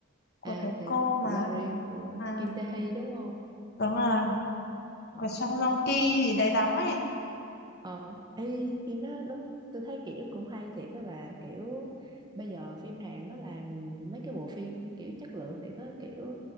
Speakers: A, on the left; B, on the right.
A: của
B: à
A: cái
B: The
A: cô
B: Glory
A: mà
B: của
A: à,
B: Kim Tae Hee đúng không
A: đúng là
B: ờ
A: của Song Joong Ki gì đấy đóng ấy
B: ờ y Kim nó đúng tôi thấy kiểu cũng hay thiệt các bà kiểu bây giờ phim Hàn nó làm mấy cái bộ phim kiểu chất lượng thì có kiểu